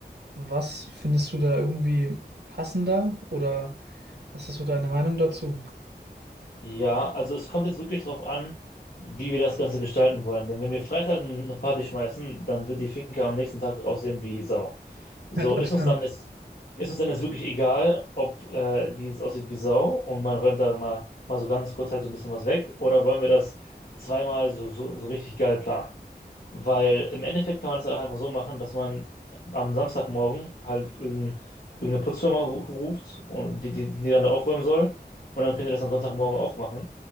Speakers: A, on the right (about 80°); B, on the left (about 60°).
A: Was findest du da irgendwie passender oder was ist so deine Meinung dazu?
B: Ja, also es kommt jetzt wirklich drauf an, wie wir das Ganze gestalten wollen. Denn wenn wir Freitag eine Party schmeißen, dann wird die Finca am nächsten Tag aussehen wie Sau. So
A: Ja, das
B: ist
A: stimmt.
B: uns dann jetzt, ist uns dann jetzt wirklich egal, ob äh, die jetzt aussieht wie Sau und man räumt da mal, mal so ganz kurz halt so ein bisschen was weg oder wollen wir das zweimal so, so, so richtig geil planen? Weil im Endeffekt kann man das ja auch einfach so machen, dass man am Samstagmorgen halt irgendein, irgendeine Putzfirma ru- ruft, und die, die, die dann da aufräumen soll. Und dann könnt ihr das am Sonntagmorgen auch machen.